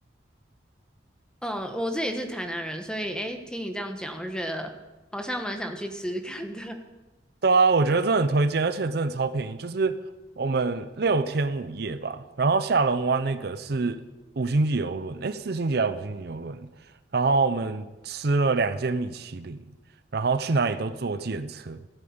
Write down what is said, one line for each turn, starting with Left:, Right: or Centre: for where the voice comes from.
Centre: 嗯，我这也是台南人，所以诶，听你这样讲，我就觉得好像蛮想去吃吃看的。<laughs>
Right: 对啊，我觉得真的很推荐，而且真的超便宜，就是我们六天五夜吧，然后下龙湾那个是五星级游轮，诶，四星级还是五星级游轮？然后我们吃了两间米其林，然后去哪里都坐计程车，